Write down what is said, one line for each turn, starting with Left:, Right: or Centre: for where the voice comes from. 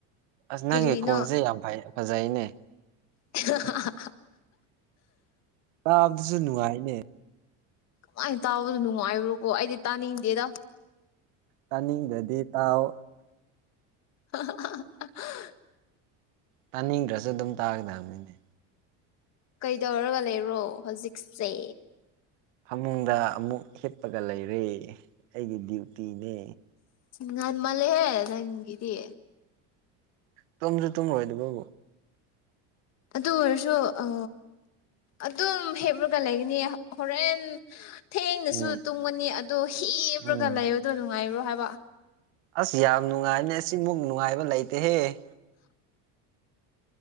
Right: ꯑꯁ ꯅꯪꯒꯤ
Left: ꯀꯔꯤꯅꯣ
Right: ꯀꯣꯟꯁꯦ ꯌꯥꯝ ꯐꯩ ꯐꯖꯩꯅꯦ
Left: <unintelligible>
Right: ꯇꯥꯕꯗꯨꯁꯨ ꯅꯨꯡꯉꯥꯏꯅꯦ
Left: ꯃꯥꯏꯟ ꯇꯥꯕꯗꯣ ꯅꯨꯡꯉꯥꯏꯕ꯭ꯔꯣꯀꯣ ꯑꯩꯗꯤ ꯇꯥꯅꯤꯡꯗꯦꯗ
Right: ꯇꯥꯅꯤꯡꯗꯗꯤ ꯇꯥꯎ
Left: <unintelligible>
Right: ꯇꯥꯅꯤꯡꯗ꯭ꯔꯁꯨ ꯑꯗꯨꯝ ꯇꯥꯒꯗꯕꯅꯤꯅꯦ
Left: ꯀꯩꯗꯧꯔꯒ ꯂꯩꯔꯣ ꯍꯣꯖꯤꯛꯁꯦ
Right: ꯐꯃꯨꯡꯗ ꯑꯃꯨꯛ ꯍꯤꯠꯄꯒ ꯂꯩꯔꯦ ꯑꯩꯒꯤ ꯗ꯭ꯌꯨꯇꯤꯅꯦ
Left: ꯉꯟꯃꯜꯂꯦ ꯍꯦ ꯅꯪꯒꯤꯗꯤ
Right: ꯇꯨꯝꯁꯨ ꯇꯨꯝꯔꯣꯏꯗꯕꯕꯨ
Left: ꯑꯗꯨ ꯑꯣꯏꯔꯁꯨ ꯑ ꯑꯗꯨꯝ ꯍꯤꯞꯔ꯭ꯒ ꯂꯩꯒꯅꯤ ꯍꯣꯔꯦꯟ ꯊꯦꯡꯅꯁꯨ
Right: ꯎꯝ
Left: ꯇꯨꯝꯒꯅꯤ ꯑꯗꯣ ꯍꯤꯞꯔꯒ
Right: ꯎꯝ
Left: ꯂꯩꯕꯗꯣ ꯅꯨꯡꯉꯥꯏꯕ꯭ꯔꯣ ꯍꯥꯏꯕ
Right: ꯑꯁ ꯌꯥꯝ ꯅꯨꯡꯉꯥꯏ ꯁꯤꯃꯨꯛ ꯅꯨꯡꯉꯥꯏꯕ ꯂꯩꯇꯦꯍꯦ